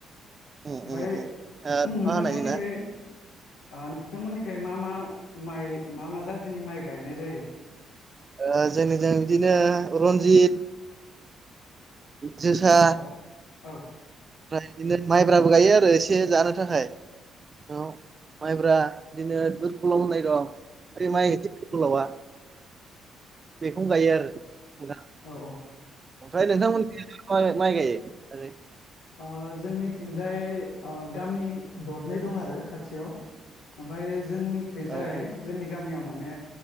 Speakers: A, on the right; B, on the left.
A: उ
B: ओमफ्राय
A: उ उ अखा
B: नोंथांमोननिखै
A: हानायजो ना
B: ओ नोंथांमोननिखाय मा मा माइ मा मा जाथोनि माइ गायनाय जायो
A: ओ जोंनिजों बिदिनो रनजित जोसा
B: औ औ
A: ओमफ्राय बिदिनो माइब्राबो गायो आरो एसे जानो थाखाय औ माइब्रा बिदिनो दुरखलम होननाय दं ओ माइ गोलावा बेखौनो गायो आरो
B: औ औ
A: ओमफ्राय नोंथांमोननिथिं मा मा माइ गायो
B: ओ जोंनिथिंजाय ओ गामि दरनै दं आरो खाथियाव ओमफाय जोंनिखैजाय
A: औ औ
B: जोंनि गामियाव माने